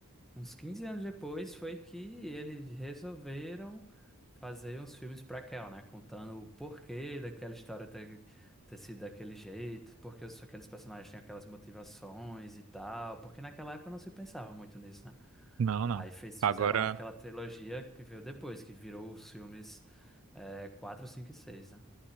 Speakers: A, in the centre; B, on the right.
A: Uns 15 anos depois foi que eles resolveram fazer uns filmes pra Kel, né? Contando o porquê daquela história ter, ter sido daquele jeito, porque os- aqueles personagens têm aquelas motivações e tal, porque naquela época não se pensava muito nisso, né?
B: Não, não.
A: Aí fez,
B: Agora,
A: fizeram aquela trilogia que veio depois, que virou os filmes é, 4, 5 e 6, né?